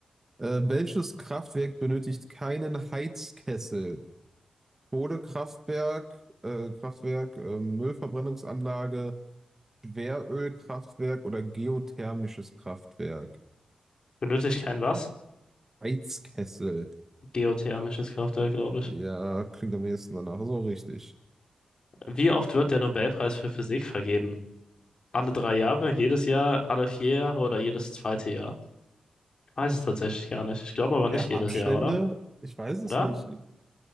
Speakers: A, on the right; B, on the left.
A: Äh, welches Kraftwerk benötigt keinen Heizkessel? Kohlekraftwerk, äh, Kraftwerk, äh, Müllverbrennungsanlage, Schwerölkraftwerk oder geothermisches Kraftwerk.
B: Benötige ich kein was?
A: Heizkessel.
B: Geothermisches Kraftwerk, glaube ich.
A: Ja, klingt am ehesten danach. So richtig.
B: Wie oft wird der Nobelpreis für Physik vergeben? Alle drei Jahre, jedes Jahr, alle vier Jahre oder jedes zweite Jahr? Ich weiß es tatsächlich gar nicht. Ich glaube aber nicht
A: Der
B: jedes
A: Abstände?
B: Jahr, oder?
A: Ich weiß es
B: Oder?
A: nicht. Ich